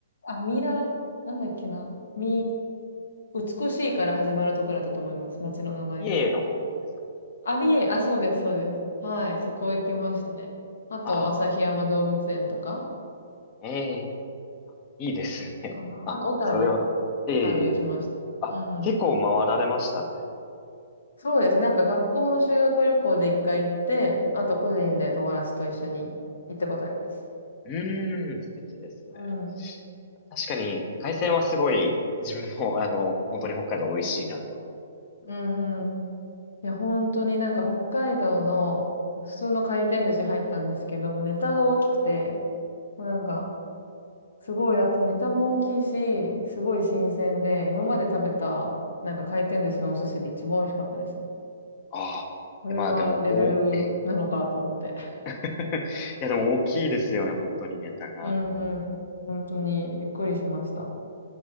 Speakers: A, on the left; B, on the left.
A: あ、ミラ、なんだっけな。み、美しいから始まるところだったと思います。町の名前が。
B: 美瑛の方ですかね。
A: アビエイ、
B: いい、
A: あ、そうです、そうです。はい、そこ行きましたね。あと、
B: あ、
A: 旭山動物園とか
B: ええいいですね。
A: かな。
B: あ、
A: あと、小樽
B: それは、
A: 小樽行きました。
B: ええあ、
A: うんうん。
B: 結構回られましたね。
A: そうですね。なんか学校の修学旅行で一回行って、あと個人で友達と一緒に行ったことあります。
B: うーん、素敵ですね。
A: うん。
B: 確かに、海鮮はすごい、自分も、<laughs> あの、本当に北海道美味しいなとは思う。
A: うんうん。いや、本当になんか北海道の普通の回転寿司入ったんですけども、ネタが大きくて、もうなんか、すごい、あとネタも大きいし、すごい新鮮で、今まで食べた、なんか回転寿司のお寿司で一番美味しかったですね。
B: ああ。
A: これがレベルなのかと思って。
B: いやまあでも、お、ええ、<laughs> いやでも大きいですよね、本当にネタが。
A: <laughs> うんうん。本当にびっくりしました。